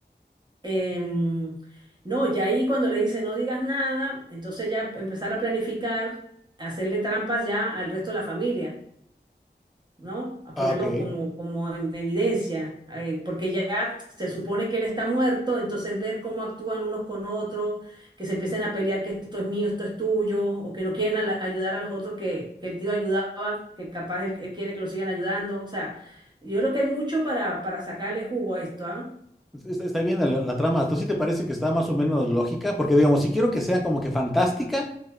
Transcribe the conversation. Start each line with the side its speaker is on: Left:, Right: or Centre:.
Right: Em, no, ya ahí cuando le dice no digas nada, entonces ya empezar a planificar, hacerle trampas ya al resto de la familia. ¿no? A
Centre: Ah,
Right: ponerlos
Centre: ok.
Right: como, como en evidencia, eh, porque ya se supone que él está muerto, entonces ver cómo actúan unos con otros, que se empiecen a pelear que esto es mío, esto es tuyo, o que no quieren a la- ayudar a los otros que, que el tío ayudaba, que capaz él, él quiere que lo sigan ayudando, o sea, yo creo que hay mucho para, para sacarle jugo a esto, ¿ah?
Centre: Está, está bien la, la trama. ¿Tú sí te parece que está más o menos lógica? Porque digamos, sí quiero que sea como que fantástica,